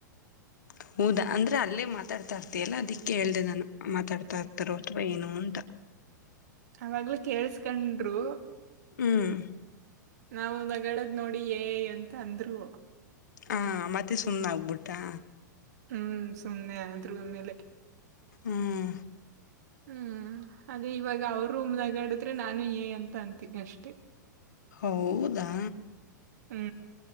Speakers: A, on the left; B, on the right.
A: <inaudible> ಹೌದಾ ಅಂದ್ರೆ ಅಲ್ಲೇ ಮಾತಾಡ್ತಾ ಇರ್ತಯ ಎಲ್ಲ ಅದಿಕ್ಕೆ ಹೇಳೇಳ್ದ ನಾನು ಮಾತಾಡ್ತಾ ಇರ್ತಾರೋ ಅಥವಾ ಏನು ಅಂತ <inaudible>
B: ಅವವಾಗ್ಲ ಕೇಳಸ್ಕಂಡರು
A: ಹ್ಮ್
B: ನಾವು ನಗಡದ್ ನೋಡಿ ಏ ಅಂತ ಅಂದ್ರು
A: ಹಾ ಮತ್ತೆ ಸುಮ್ನೆ ಆಗ್ಬಿಟ್ಟಾ
B: ಹ್ಮ್ ಸುಮ್ಮನೆ ಆದ್ರು ಆಮೇಲೆ
A: ಹ್ಮ್
B: ಹ್ಮ್ ಅದೇ ಇವಾಗ ಅವ್ರ ರೂಮ್ನಗಾಡಿದ್ರೆ ನಾನು ಏ ಅಂತ ಅಂತೀನಿ ಅಷ್ಟೆ
A: ಹೌದಾ
B: ಹ್ಮ್